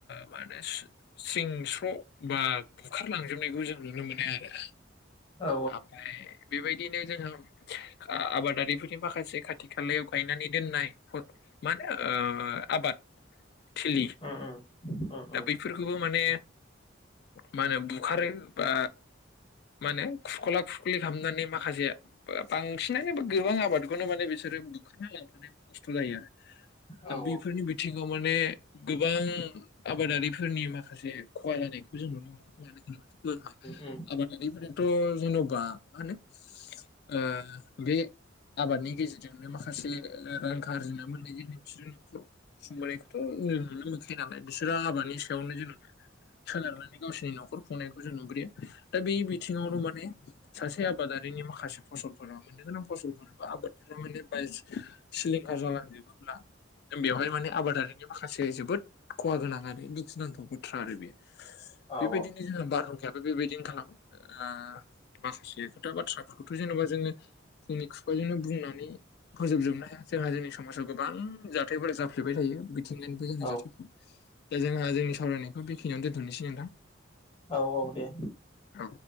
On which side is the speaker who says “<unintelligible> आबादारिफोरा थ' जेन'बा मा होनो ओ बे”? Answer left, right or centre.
Left